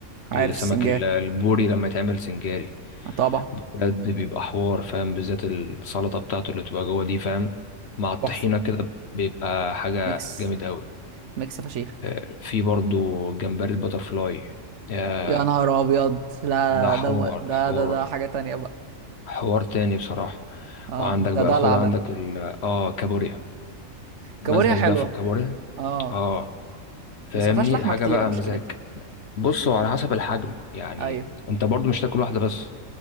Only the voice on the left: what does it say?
السمك
ال- البوري لما يتعمل سنجاري
بجد بيبقى حوار فاهم بالذات السلطة بتاعته اللي بتبقى جوه دي فاهم مع الطحينة
كده بيبقى حاجة
جامد قوي
اه، في برضو جمبري الباترفلاي يا
ده
حوار
حوار
حوار تاني بصراحة
وعندك بقى
خد عندك
ال اه كابوريا مزمز
بقى في الكابوريا
اه فاهمني
حاجه
بقى
مزاج بص هو على حسب الحجم يعني
انت برضو مش تاكل واحده بس